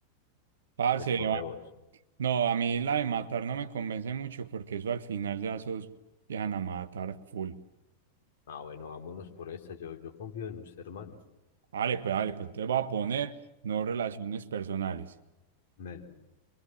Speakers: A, on the right; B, on the left.
A: Parce,
B: Escoge
A: va-
B: vos.
A: No, a mí la de matar no me convence mucho porque eso al final ya sos dejan a matar full.
B: Ah, bueno, vámonos por esta. Yo, yo confío en usted, hermano.
A: Dale pues, dale pues entonces voy a poner no relaciones personales.
B: Melo.